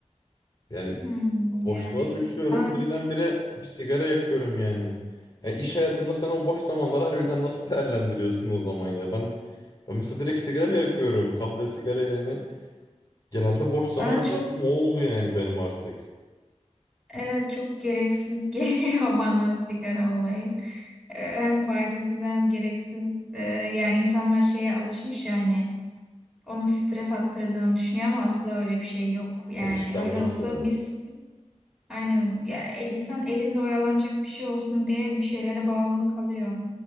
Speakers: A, on the left (about 30°); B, in the centre.
A: Yani
B: Hmm,
A: boşluğa
B: yani
A: düşüyorum
B: bana,
A: birdenbire bir sigara yakıyorum yani. Ya iş hayatında sen o boş zamanları harbiden nasıl değerlendiriyorsun o zaman ya? Ben ben mesela direkt sigara yakıyorum. Kahve sigara yani. Genelde boş zaman
B: bana
A: keyfim
B: çok
A: o oldu yani benim artık.
B: evet çok gereksiz <laughs> geliyor bana sigara olayı. Ee, Hem faydasız hem gereksiz. Ee, yani insanlar şeye alışmış yani onu stres attırdığını düşünüyor ama asla öyle bir şey yok. Yani
A: Alışkanlık
B: öyle olsa
A: ya.
B: biz aynen ya el, insan elinde oyalanacak bir şey olsun diye bir şeylere bağımlı kalıyor.